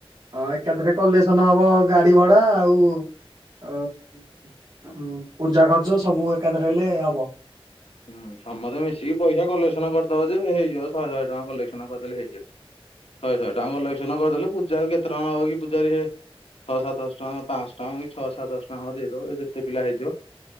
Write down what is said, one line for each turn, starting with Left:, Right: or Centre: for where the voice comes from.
Right: ହଁ, ଏକାଥରେ କଲେସନ ହବ ଗାଡି ଭଡା ଆଉ ଅ। ହଁ, ପୂଜା ଖର୍ଚ ସବୁ ଏକାଥରେ ହେଲେ ହବ।
Left: ହୁଁ, ସମସ୍ତେ ମିଶିକି ପଇସା କଲେକ୍ସନ କରିଦବ ଯେ ହେଇଯିବ ଶହେ ଶହେ ଟଙ୍କା କଲେକ୍ସନ କରିଦେଲେ ହେଇଯିବ। ଶହେ ଶହେ ଟଙ୍କା କଲେକ୍ସନ କରିଦଲେ ପୂଜା କୁ କେତେ ଟଙ୍କା ନବକି ପୂଜାରୀ ଜେ ଛଅ, ସାତ ଶହ ଟଙ୍କା ହବ, ପାଆଶହ ଟଙ୍କା, ଛଅ ସାତ, ସହ ଟଙ୍କା ହବ, ଦେଇଦବ ଯେତେ ପିଲା ହେଇଥିବ।